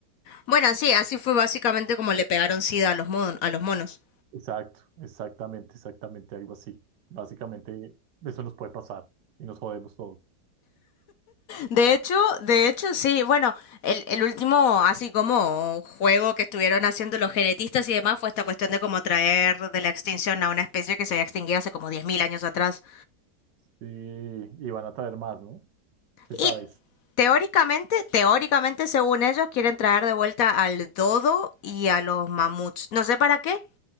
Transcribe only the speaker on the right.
Exacto, exactamente, exactamente, algo así. Básicamente, eso nos puede pasar y nos jodemos todos.
Sí, y van a traer más, ¿no? ¿Qué sabes.